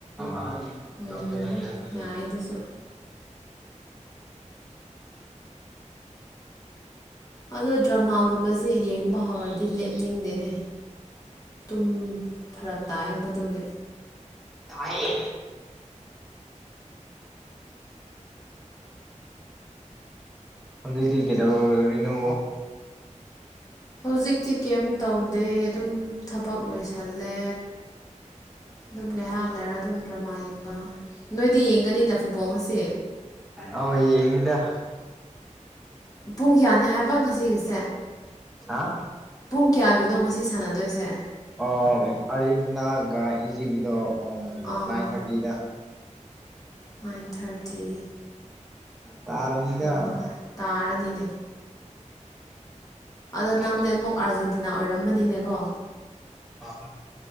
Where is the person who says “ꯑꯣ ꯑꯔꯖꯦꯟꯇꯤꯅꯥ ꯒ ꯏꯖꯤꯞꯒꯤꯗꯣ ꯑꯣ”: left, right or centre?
Centre